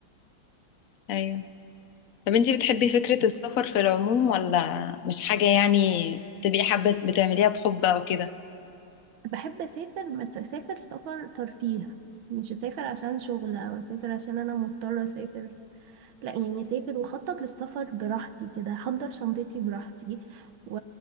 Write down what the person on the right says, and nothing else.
بحب أسافر بس أسافر سفر ترفيه مش أسافر عشان شغل أو أسافر عشان أنا مضطرة أسافر لا يعني اسافر واخطط للسفر براحتي كده احضر شنطتي براحتي و...